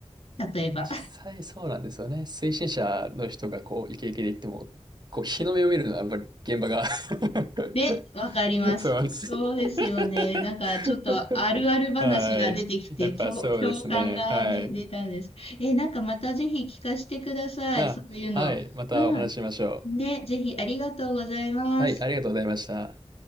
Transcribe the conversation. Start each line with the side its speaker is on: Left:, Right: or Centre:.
Left: 例えば。
Right: 実際そうなんですよね。推進者の人がこうイケイケで言っても、こう日の目を見るのはやっぱり現場が <laughs>
Left: ね、わかります。
Right: そうなんです。
Left: そうですよね。
Right: <laughs>
Left: なんかちょっとあるある話が出てきて、
Right: はい。やっぱそうですね。
Left: 共、共感がね、
Right: はい。
Left: 出たんですけど。え、なんかまたぜひ聞かせてください。
Right: あ、
Left: そういうの。
Right: はい。またお話ししましょう。
Left: うん。ね、ぜひありがとうございます。
Right: はい。ありがとうございました。